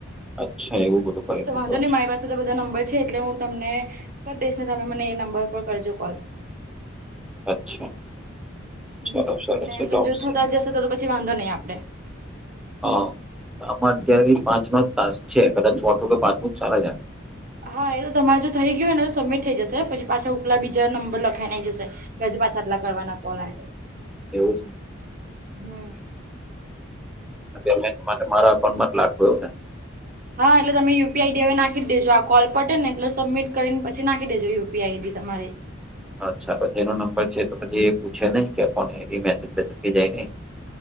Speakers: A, in the centre; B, on the right.
A: અચ્છા એવું બધું કરે
B: એતો
A: છે.
B: વાંધો
A: જો
B: નહી
A: ને.
B: મારી પાસે તો બધા નંબર છે એટલે હું તમને કરી દઈશ ને તમે મને એ નંબર ઉપર કરજો કોલ
A: અચ્છા
B: હ
A: ચલો સરસ
B: ને
A: એટલે ઓપ્શન
B: જો થતા જશે તો તો પછી વાંધો નહીિ આપડે
A: હા આમાં અત્યારે પાંચ નો તક છે, કદા છો ટું કે પાંચમું સારા જ
B: હા એ તો તમારે જો થઈ ગયું હો ને તો સબમિટ થઈ જશે પછી પાછા ઉપલા બીજા નંબર લખાઈનેઈ જશે કે હજુ પાછા આટલા કરવાના કોલમ
A: એવું છે.
B: હમ્મ
A: તો માટે મારા અકાઉન્ટમાં જ લાગવું એવું ને
B: હા એટલે તમે યુપીઆઈ હવે નાખી દેજો આ કોલ પટે ને એટલે સબમિટ કરીને પછી નાખીેજો યુપીઆઈડી તમારી
A: અચ્છા પછી એનો નંબર છે તો પછી એ પૂછે નહીિ કે કોને એ મેસેજકી જાય નહી